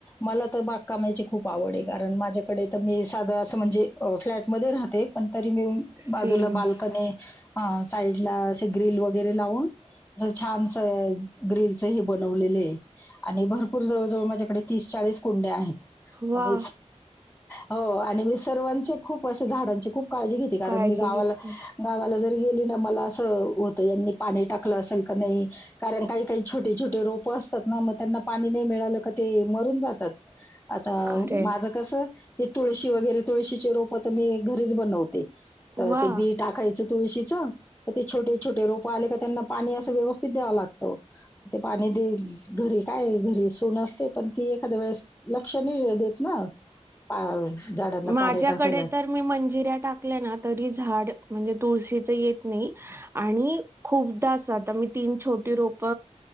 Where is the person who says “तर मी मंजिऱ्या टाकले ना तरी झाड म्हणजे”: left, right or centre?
Right